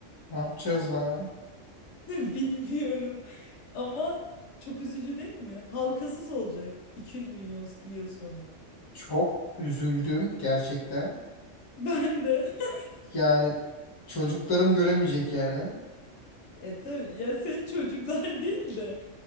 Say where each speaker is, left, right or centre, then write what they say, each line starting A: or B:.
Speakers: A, on the left; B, on the left.
A: Ne yapacağız lan?
B: <laughs> Bilmiyorum ama çok üzücü değil mi? Halkasız olacak 200 milyon yıl sonra.
A: Çok üzüldüm gerçekten.
B: Ben de. <laughs>
A: Yani çocuklarım göremeyecek yani.
B: E tabii ya senin çocuklar <laughs> değil de